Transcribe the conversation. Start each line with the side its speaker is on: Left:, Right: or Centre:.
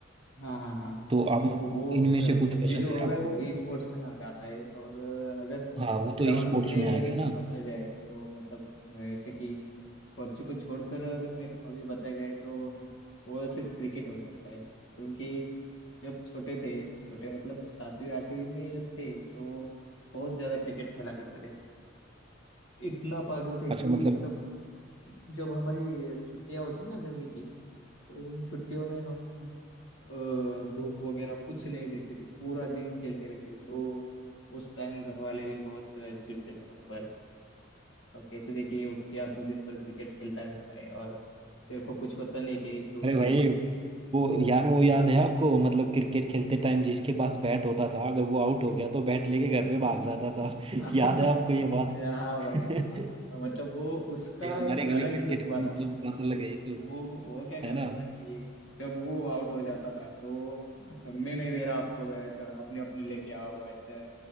Left: हाँ हाँ हाँ
Right: तो आप
Left: तो
Right: मतलब
Left: वो
Right: इनमें
Left: पबजी
Right: से कुछ पसंद
Left: जो होगा
Right: है आपको
Left: वो ई स्पोर्ट्स में आ जाता है और अ, अगर
Right: हाँ वो
Left: ग्राउंड
Right: तो ई स्पोर्ट्स
Left: पे
Right: में आ गया ना
Left: बताया जाए तो मतलब अ, ऐसे कि पबजी को छोड़कर अगर मेरी हॉबी बताई जाए तो <laughs> वो सिर्फ क्रिकेट हो सकता है क्योंकि जब छोटे थे छोटे मतलब सातवीं आठवीं में जब थे तो बहुत ज्यादा क्रिकेट खेला करते थे इतना पागल थे
Right: अच्छा
Left: कि
Right: मतलब
Left: मतलब जब हमारी छुट्टियां होती ना गर्मी की तो उन छुट्टियों में हम अ, धूप वगैरह कुछ नहीं देखते थे पूरा दिन खेलते रहते थे तो उस टाइम घर वाले भी बहुत चिढ़ते थे हम पर और कहते थे कि "ओ, क्या तू दिन भर क्रिकेट खेलता रहता है और तेरे को कुछ होता नहीं क्या इस धूप
Right: अरे भाई
Left: से
Right: वो यार वो याद है आपको मतलब क्रिकेट खेलते टाइम जिसके पास बैट होता था अगर वो आउट हो गया तो बैट लेके घर पे भाग
Left: <laughs>
Right: जाता था <laughs>
Left: हाँ
Right: याद है आपको ये बात
Left: हाँ भाई
Right: <laughs>
Left: हाँ हाँ हाँ मतलब वो उसका
Right: ये हमारे
Left: एक
Right: गली
Left: अलग
Right: क्रिकेट
Left: ही रुतबा
Right: की
Left: था
Right: मतलब बात अलग है ये तो
Left: वो वो क्या करता
Right: है ना
Left: था कि जब वो आउट हो जाता था तो मैं नहीं दे रहा आपको बैट अपने अपने लेके आओ ऐसे